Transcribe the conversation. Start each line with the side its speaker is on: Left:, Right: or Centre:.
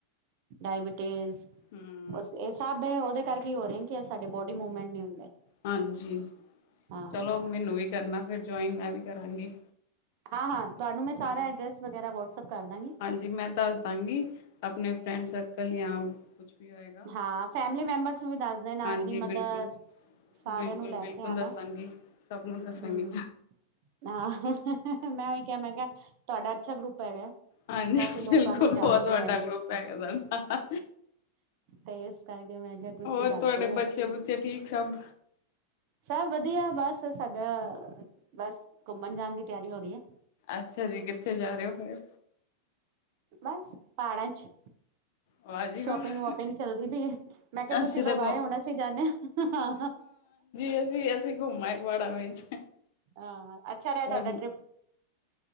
Right: ਡਾਇਬਿਟੀਜ਼
Left: ਹੂੰ।
Right: ਇਸ ਸਬ ਦੇ ਉਹਦੇ ਕਰਕੇ ਹੋ ਰਹੇ, ਕਿ ਸਾਡੇ ਬੋਡੀ ਮੂਵਮੈਂਟ ਨੀ ਹੁੰਦੇ।
Left: ਹਾਂਜੀ,
Right: ਹਾਂ।
Left: ਚਲੋ ਮੈਨੂੰ ਵੀ ਕਰਨਾ ਫਿਰ ਜੁਆਇਨ, ਮੈਂ ਵੀ ਕਰਾਂਗੀ।
Right: ਹਾਂ-ਹਾਂ, ਤੁਹਾਨੂੰ ਮੈਂ ਸਾਰਾ
Left: ਹਾਂਜੀ
Right: ਐਡਰੈਸ ਵਗੈਰਾ ਵਟਸਐਪ ਕਰਦਾਂਗੀ।
Left: ਹਾਂਜੀ ਮੈਂ ਦੱਸਦਾਂਗੀ, ਆਪਣੇ ਫਰੈਂਡ ਸਰਕਲ ਜਾਂ ਕੁਛ ਵੀ ਹੋਏਗਾ
Right: ਹਾਂ, ਫੈਮਿਲੀ ਮੈਂਬਰਸ ਨੂੰ ਵੀ ਦੱਸ ਦੇਨਾ,
Left: ਹਾਂਜੀ
Right: ਆਪਣੀ
Left: ਬਿਲਕੁਲ
Right: ਮਦਰ ਸਾਰਿਆਂ
Left: ਬਿਲਕੁਲ-ਬਿਲਕੁਲ
Right: ਨੂੰ ਲੈ ਕੇ ਆਣਾ,
Left: ਦੱਸਾਂਗੀ ਸਭ ਨੂੰ ਦੱਸਾਂਗੀ
Right: ਹੂੰ, ਹਾਂ। ਮੈਂ ਉਹੀ ਕਿਹਾ, ਮੈਂ ਕਿਹਾ ਤੁਹਾਡਾ ਅੱਛਾ ਗਰੁੱਪ ਹੈਗਾ।
Left: ਹਾਂਜੀ
Right: ਕਾਫੀ ਲੋਕਾਂ
Left: ਬਿਲਕੁਲ,
Right: ਨੂੰ ਜਾਣਦੇ
Left: ਬਹੁਤ ਵੱਡਾ
Right: ਹੋਏ
Left: ਗਰੁੱਪ ਹੈਗਾ ਸਾਡਾ।
Right: ਤੇ ਇਸ ਕਰਕੇ ਮੈਂ ਕਿਹਾ, ਤੁਸੀਂ
Left: ਹੋਰ
Right: ਦੱਸ
Left: ਤੁਹਾਡੇ
Right: ਦੋਗੇ।
Left: ਬੱਚੇ ਬੁੱਚੇ ਠੀਕ ਸਭ
Right: ਸਭ ਵਧੀਆ, ਬਸ ਸਾਡਾ ਬਸ ਘੁੰਮਣ ਜਾਣ ਦੀ ਤਿਆਰੀ ਹੋ ਰਹੀ ਐ।
Left: ਅੱਛਾ ਜੀ, ਕਿੱਥੇ ਜਾ ਰਹੇ ਹੋ ਫੇਰ।
Right: ਬਸ ਪਹਾੜਾਂ ਚ,
Left: ਵਾਹ ਜੀ
Right: ਸ਼ੋਪਿੰਗ-ਵੋਪਿੰਗ
Left: ਵਾਹ
Right: ਚਲਦੀ ਪਈ ਏ। ਮੈਂ ਕਿਹਾ ਤੁਸੀਂ
Left: ਅਸੀਂ
Right: ਲੋਕ
Left: ਤਾਂ ਘੁ
Right: ਆਏ ਹੋਣੇ, ਅਸੀਂ ਜਾਂਨੇ ਆਂ।
Left: ਤੁਸੀਂ, ਅਸੀਂ ਘੁੰਮ ਆਏ ਪਹਾੜਾਂ ਵਿੱਚ।
Right: ਹਾਂ, ਅੱਛਾ ਰਿਹਾ
Left: ਬਹੁਤ
Right: ਤੁਹਾਡਾ ਟਰਿੱਪ।